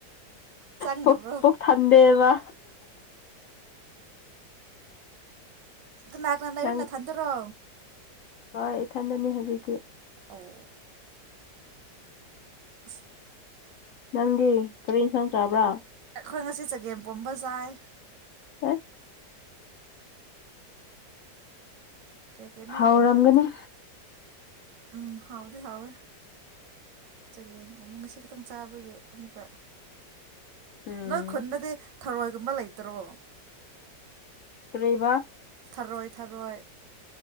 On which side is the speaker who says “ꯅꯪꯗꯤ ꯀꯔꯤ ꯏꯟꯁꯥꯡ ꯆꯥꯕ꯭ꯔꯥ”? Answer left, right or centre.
Left